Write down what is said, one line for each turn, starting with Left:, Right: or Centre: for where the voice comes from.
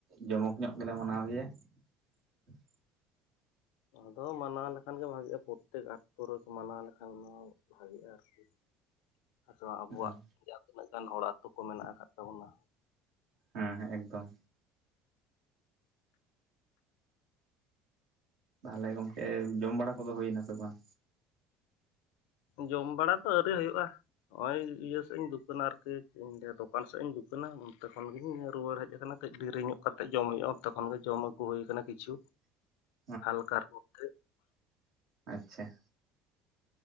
Right: ᱡᱚᱢᱚᱠ ᱧᱚᱜ ᱜᱮᱞᱮ ᱢᱟᱱᱟᱣ ᱜᱮᱭᱟ <unintelligible> <inaudible>
Left: ᱟᱫᱚ ᱢᱟᱱᱟᱣ ᱞᱮᱠᱷᱟᱱ ᱜᱮ ᱵᱷᱟᱜᱤᱜᱼᱟ ᱾ ᱯᱨᱚᱛᱛᱮᱠ ᱟᱛᱳ ᱨᱮᱠᱚ ᱢᱟᱱᱟᱣ ᱞᱮᱠᱷᱟᱱ, ᱱᱟᱣᱟ ᱾ ᱵᱷᱟᱜᱤᱜᱼᱟ ᱾ ᱟᱨᱠᱤ
Right: <unintelligible>
Left: ᱟᱫᱚ ᱟᱵᱚᱣᱟᱜ
Right: ᱦᱮᱸ
Left: ᱡᱟᱦᱟᱸ ᱛᱤᱱᱟᱹᱜ ᱜᱟᱱ ᱦᱚᱲ ᱟᱹᱛᱩ ᱠᱚ ᱢᱮᱱᱟᱜ ᱟᱠᱟᱫ ᱛᱟᱵᱚᱱᱟᱼᱼ
Right: ᱦᱮᱸ ᱮᱠᱫᱚᱢ ᱛᱟᱦᱚᱞᱮ ᱜᱚᱝᱠᱮ ᱡᱚᱢ ᱵᱟᱲᱟ ᱠᱚᱫᱚ ᱦᱩᱭᱱᱟ ᱥᱮ ᱵᱟᱝ?
Left: ᱡᱚᱢ ᱵᱟᱲᱟ ᱛᱚ ᱟᱹᱣᱨᱤ ᱦᱩᱭᱩᱜᱼᱟ᱾ ᱱᱚᱜᱼᱚᱭ ᱤᱭᱟᱹ ᱥᱮᱫ ᱤᱧ ᱫᱩᱠᱟᱹᱱᱟ ᱟᱨᱠᱤ ᱤᱧ ᱫᱚᱠᱟᱱ ᱥᱮᱫ ᱤᱧ ᱫᱩᱠᱟᱹᱱᱟ ᱚᱱᱛᱮ ᱠᱷᱚᱱᱜᱤᱧ ᱨᱩᱣᱟᱹᱲ ᱦᱮᱡ ᱟᱠᱟᱱᱟ ᱠᱟᱹᱡ ᱰᱮᱨᱤ ᱧᱚᱜ ᱠᱟᱛᱮᱫ ᱡᱚᱢ ᱦᱩᱭᱩᱜᱼᱟ ᱚᱱᱛᱮᱠᱷᱚᱱ ᱜᱮ ᱡᱚᱢ ᱟᱹᱜᱩ ᱦᱩᱭ ᱟᱠᱟᱱᱟ ᱠᱤᱪᱷᱩ,
Right: <unintelligible>
Left: ᱦᱟᱞᱠᱟᱨ ᱢᱚᱫᱽᱫᱷᱮ
Right: ᱟᱪᱪᱷᱟ